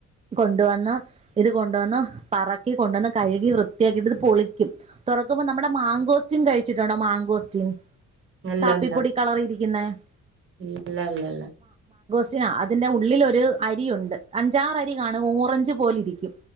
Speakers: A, on the right; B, on the right.
A: കൊണ്ട വന്ന ഇത് കൊണ്ടുവന്ന് പറക്കി കൊണ്ടുവന്ന് കഴുകി വൃത്തിയാക്കിട്ട് ഇത് പൊളിക്കും തുറക്കുമ്പോ നമ്മുടെ മാങ്കോസ്റ്റീൻ കഴിച്ചിട്ടുണ്ടോ മാങ്കോസ്റ്റീൻ
B: ഇല്ല
A: കാപ്പിപ്പൊടി
B: ഇല്ല
A: കളർ ഇരിക്ക <unintelligible>
B: ഇല്ല ഇല്ല ഇല്ല
A: റ്റ അതിന്റെ ഉള്ളിലൊരു ഒരു അരി ഉണ്ട് അഞ്ചാറ് അരി കാണും ഓറഞ്ച് പോലിരിക്കും